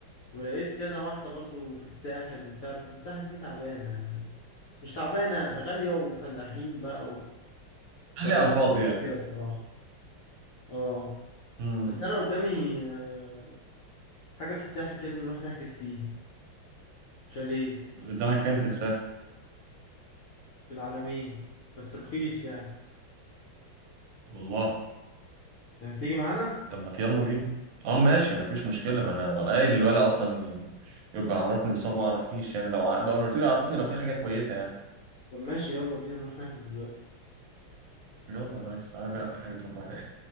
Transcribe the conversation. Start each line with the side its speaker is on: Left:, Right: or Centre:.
Left: ولقيت كذا واحدة برضو في الساحل وبتاع بس الساحل دي تعبانة يعني مش تعبانة غالية وفلاحين بقى و... فمش
Right: قال لي على الفاضي يعني
Left: كده بصراحة اه
Right: مم.
Left: بس انا قدامي آه، حاجة في الساحل كده نروح نحجز فيها شاليه
Right: قدامك فين في الساحل
Left: في العلمين بس رخيص يعني
Right: والله
Left: يعني تيجي معانا
Right: طب ما يلا بينا اه ماشي مفيش مشكلة ما انا قايل للولد اصلا ي- يبقى عرفني بس هو ما عرفنيش يعني لو ع- بقى انا قلت له عرفني لو في حاجة كويسة يعني
Left: طب ماشي يلا بينا نروح نحجز دلوقتي
Right: يلا يا ريس تعالى نقرا الحاجة تقوم رايح